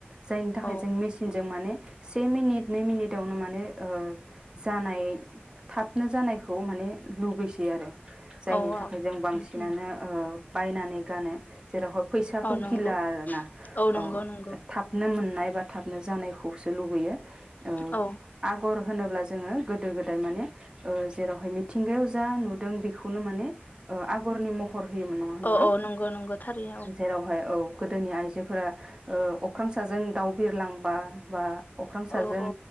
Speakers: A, on the right; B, on the left.
A: जायनि थाखाय
B: औ
A: जों मेसिनज जों माने से मिनिट नै मिनिटावनो माने ओ जानाय थाबनो जानायखौ माने लुबैसै आरो जायनि
B: औ औ
A: थाखाय जों बांसिनानो
B: उम उम
A: ओ बायनानै गानो जेरावहाय फैसाखौ
B: औ नंगौ
A: गिला आरोना
B: नंगौ
A: औ
B: नंगौ
A: थाबनो मोन नाय एबा थाबनो जानायखौसो लुबैयो ओ
B: औ
A: आगर होनोब्ला जोङो गोदो गोदाय माने ओ जेरावहाय मिथिंगायाव जा नुदों बेखौनो माने ओ आगरनि महर हर होयोमोन नङा होनबा
B: औ औ नंगौ नंगौ थारैनो
A: जेरावहाय औ गोदोनि आइजो फोरा ओ अख्रांसाजों दाउ बिरलांबा बा अख्रां साजों
B: औ औ